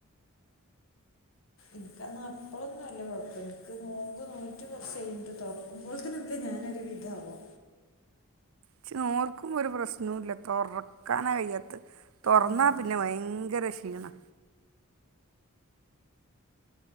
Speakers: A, on the left; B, on the right.
A: ഇക്കന്നാ അപ്പളൊന്നും വല്യ കുഴപ്പയ്യ ഇക്ക് നോമ്പ് നോറ്റ് കൊറച്ചയ്ഞ്ഞിട്ട് തൊടങ്ങും പ്പോൾത്തിനൊക്കെ ഞാൻ ഒരു വിധാവും
B: ച്ച് നോൽക്കുമ്പോ ഒരു പ്രശ്നവും ഇല്ല തൊറക്കാന കയ്യാത്ത് തൊറന്നാ
A: ഉം.
B: പി പിന്നെ ഭയങ്കര ക്ഷീണാ